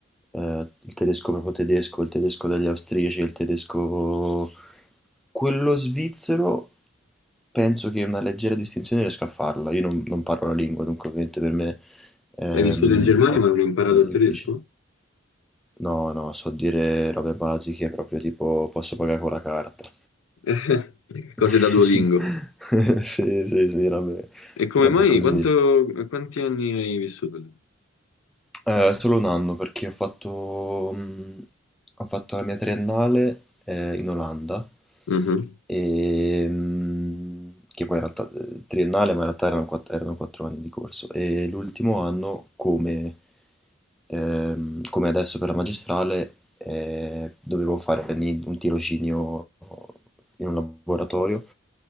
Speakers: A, in the centre; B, on the left.
A: ehm, il tedesco proprio tedesco, il tedesco degli austriaci, il tedesco quello svizzero, penso che una leggera distinzione riesca a farla. Io non, non parlo la lingua, dunque ovviamente per me ehm,
B: Hai vissuto in Germania
A: è,
B: ma non hai imparato
A: è difficile.
B: il tedesco?
A: No, no, so dire robe basiche, proprio tipo posso pagare con la carta.
B: <laughs> Cose
A: <laughs>
B: da Duolingo.
A: Sì, sì, sì, robe,
B: E come
A: robe
B: mai?
A: così.
B: Quanto- quanti anni hai vissuto lì?
A: Eh, solo un anno perché ho fatto, mh, ho fatto la mia triennale eh, in Olanda,
B: Mhm,
A: e, mh, che poi in realtà eh, triennale, ma in realtà erano quatt- erano quattro, anni di corso. E l'ultimo anno, come, ehm, come adesso per la magistrale, eh, dovevo fare lì un tirocinio in un laboratorio